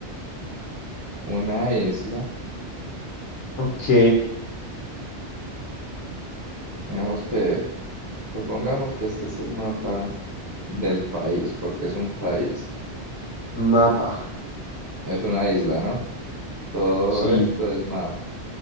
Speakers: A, on the right; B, on the left.
A: una isla,
B: Ok,
A: digamos que, supongamos que este es el mapa del país, porque es un país,
B: mapa.
A: es una isla, ¿no? Todo
B: Sí,
A: esto es mar.